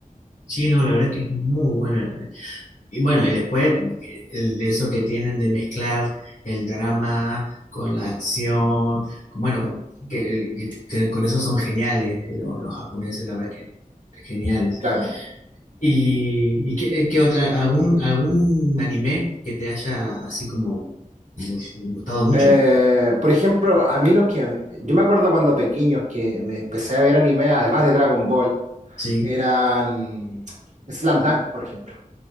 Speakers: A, on the left (about 75°); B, on the right (about 55°).
A: Sí, no, la verdad que es muy buena. Y bueno, y después eh, el- eso que tienen de mezclar el drama con la acción, con- bueno, con, que- que con eso son geniales eh, lo- los, japoneses, la verdad que geniales.
B: claro.
A: ¿Y, y qué, eh, qué otra, algún, algún anime que te haya así como, como gustado mucho?
B: Eh, por ejemplo, a mí lo que... Yo me acuerdo cuando pequeños que me empecé a ver anime, además de Dragon Ball,
A: Sí,
B: eran Slam Dunk, por ejemplo.